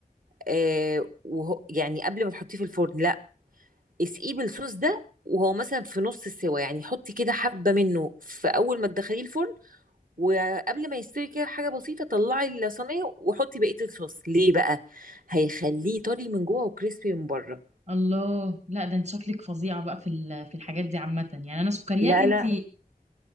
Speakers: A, on the right (about 65°); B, on the right (about 45°).
A: آه وهو يعني قبل ما تحطيه في الفرن لا اسقيه بالصوص ده وهو مثلا في نص السوا يعني حطي كده حبة منه في أول ما تدخليه الفرن وقبل ما يستوي كده حاجة بسيطة طلعي الصينية وحطي بقية الصوص ليه بقى هيخليه طري من جوه وكريسبي من بره
B: الله لا ده انت شكلك فظيعة بقى في ال- في الحاجات دي عامة يعني انا سكريات
A: لا
B: انت
A: لا